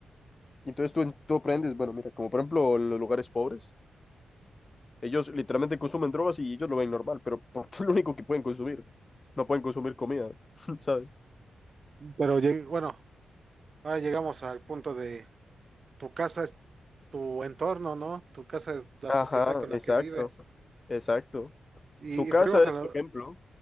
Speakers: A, on the left (about 35°); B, on the right (about 50°).
A: y entonces tú, tú aprendes, bueno, mira, como por ejemplo en los lugares pobres. Ellos literalmente consumen drogas y ellos lo ven normal, pero <laughs> porque es lo único que pueden consumir. No pueden consumir comida, <laughs> ¿sabes?
B: Pero lleg- bueno, ahora llegamos al punto de tu casa es tu entorno, ¿no? Tu casa es la
A: Ajá,
B: sociedad con la
A: exacto,
B: que vives.
A: exacto.
B: Y
A: Tu casa
B: influimos
A: es
B: a lo,
A: tu ejemplo.